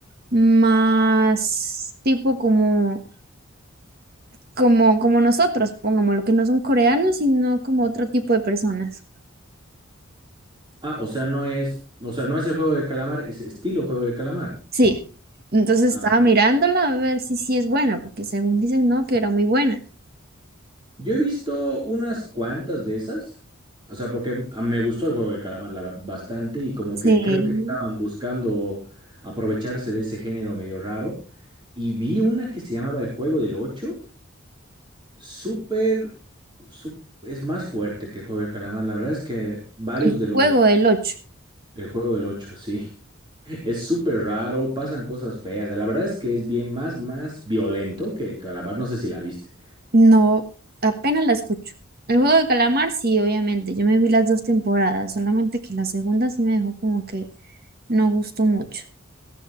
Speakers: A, on the right; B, on the right.
A: más tipo como, como, como nosotros, pongámoslo, que no son coreanos, sino como otro tipo de personas.
B: Ah, o sea, no es, o sea, no es el juego del calamar, es estilo juego del calamar.
A: Sí, entonces
B: Ah,
A: estaba mirándola a ver si sí es buena, porque según dicen, no, que era muy buena.
B: Yo he visto unas cuantas de esas, o sea, porque a- me gustó el juego del calamar la- bastante y como
A: Sí,
B: que creo que estaban buscando aprovecharse de ese género medio raro. Y vi una que se llamaba El Juego del Ocho, súper, sup- es más fuerte que el juego del calamar, la verdad es que varios
A: el
B: de los,
A: juego del ocho
B: el Juego del Ocho, sí, <laughs> es súper raro, pasan cosas feas, la verdad es que es bien más, más violento que el calamar, no sé si la viste.
A: No, apenas la escucho. El juego de calamar, sí, obviamente. Yo me vi las dos temporadas, solamente que la segunda sí me dejó como que no gustó mucho.